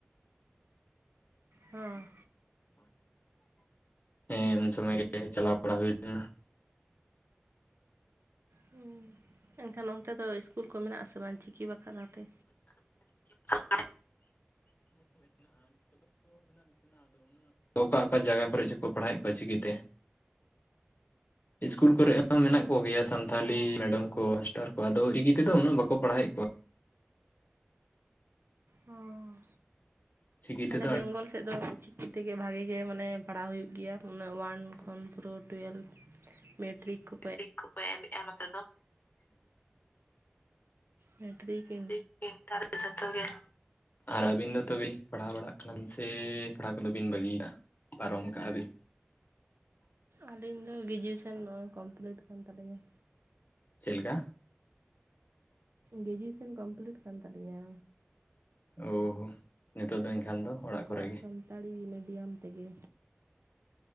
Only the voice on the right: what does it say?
ᱦᱚᱸ
ᱦᱩᱸ ᱮᱱᱠᱷᱟᱱ ᱚᱱᱛᱮ ᱫᱚ ᱤᱥᱠᱩᱞ ᱠᱚ ᱢᱮᱱᱟᱜ ᱟᱥᱮ ᱵᱟᱝ ᱪᱤᱠᱤ ᱵᱟᱠᱷᱨᱟ ᱟᱛᱮ?
ᱚ
ᱚ
ᱟᱞᱮ ᱵᱮᱝᱜᱚᱞ ᱥᱮᱜ ᱫᱚ ᱪᱤᱠᱤ ᱛᱮᱜᱮ ᱵᱷᱟᱜᱮ ᱜᱮ ᱢᱟᱱᱮ ᱯᱟᱲᱦᱟᱣ ᱦᱩᱭᱩᱜ ᱜᱮᱭᱟ ᱚᱱᱟᱹ ᱳᱭᱟᱱ ᱠᱷᱚᱱ ᱯᱨᱳ ᱴᱩᱭᱮᱞᱵᱷ ᱢᱮᱴᱨᱤᱠ ᱠᱚ
ᱢᱮᱴᱤᱨᱤᱠ
ᱟᱹᱞᱤᱧ ᱫᱚ ᱜᱤᱡᱩᱭᱮᱥᱚᱱ ᱱᱚᱜᱼᱚᱭ ᱠᱚᱢᱯᱞᱤᱴ ᱠᱟᱱ ᱛᱟᱞᱤᱧᱟ᱾
ᱜᱮᱡᱩᱭᱮᱥᱚᱱ ᱠᱚᱢᱯᱞᱤᱴ ᱠᱟᱱ ᱛᱟᱞᱤᱧᱟ᱾
ᱟᱵᱚᱣᱟᱜ
ᱥᱟᱱᱛᱟᱲᱤ ᱢᱤᱰᱤᱭᱟᱢ ᱛᱮᱜᱮ᱾